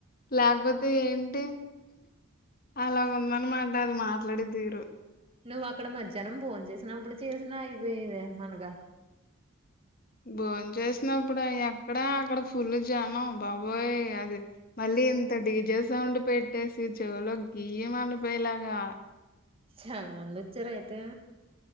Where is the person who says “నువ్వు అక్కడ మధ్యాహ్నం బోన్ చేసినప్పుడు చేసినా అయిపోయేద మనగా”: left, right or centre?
Right